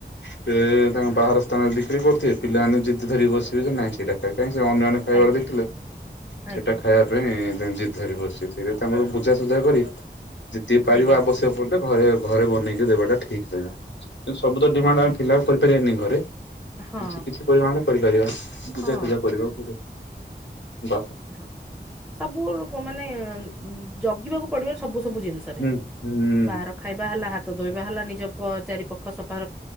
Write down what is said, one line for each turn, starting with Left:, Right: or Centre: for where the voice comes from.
Left: ସେ ତାଙ୍କ ବାହାର ସ୍ଥାନରେ ବିକ୍ରି କରୁଥିବେ ପିଲାମାନେ ଯିଦି ଧରି ବସିବେ ଯେ ନାଇଁ ଏଟାଖାଇ କାଇଁ ସେ ଅନ୍ୟମାନେ ଖାଇବାର
Centre: ଆଜ୍ଞା।
Left: ଦେଖିଲେ
Centre: ଆଜ୍ଞା
Left: ସେଟା ଖାଇବା ପାଇଁ ଜିଦ୍ ଧରି ବସିବେ। ତାଙ୍କର ବୁ ବୁଝାସୁଝା କରି ଜେତିକି ପାରିବା
Centre: ଆଜ୍ଞା
Left: ଆବଶ୍ୟକ ପଡ଼ିଲେ ଘରେ ଘରେ ବନେଇକି ଦେବାଟା ଠିକ ତେଣୁ ସବୁ ତ ଡିମାଣ୍ଡ
Centre: ଆଜ୍ଞା
Left: ଆମେ ଫିଲପ୍ କରିପାରିବାନି ଘରେ
Centre: ହଁ
Left: କିଛି କିଛି ପରିମାଣରେ କରିପାରିବା ବୁଝାସୁଝା
Centre: ହଁ
Left: କରିବାକୁ ପଡ଼ିବ। ବାହା
Centre: ହଁ ସବୁବେଳକୁ ମାନେ ଜଗିବାକୁ ପଡିବ ସବୁ ସବୁ ଜିନିଷରେ
Left: ହୁଁ ହୁଁ।
Centre: ବାହାର ଖାଇବା ହେଲା ହାତ ହାତ ଧୋଇବା ହେଲା ନିଜ ପ ଚାରିପଖ ସ।